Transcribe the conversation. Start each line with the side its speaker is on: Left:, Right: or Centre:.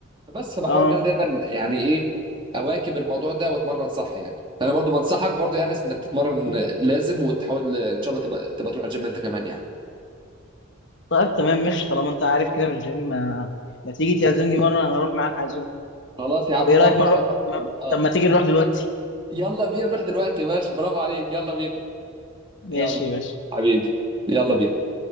Right: بس بحاول
Left: اه
Right: ان انا دايما يعني ايه اواكب الموضوع ده واتمرن صح يعني فانا برضو بنصحك برضو يا انس انك تتمرن لازم وتحاول ان شاء الله تبقى, تبقى تروح الجيم انت كمان يعني
Left: طيب تمام ماشي طالما انت عارف كده في الجيم ما, ما تيجي تعزمني مره انا اروح معاك عزوم
Right: خلاص يا عم
Left: طب
Right: مره
Left: ايه رايك ما نروح
Right: هنروح
Left: ما...
Right: اه
Left: طب ما تيجي نروح دلوقتي
Right: يلا بينا نروح دلوقتي يا باشا برافو عليك يلا بينا
Left: ماشي
Right: يلا
Left: يا باشا
Right: حبيبي يلا بينا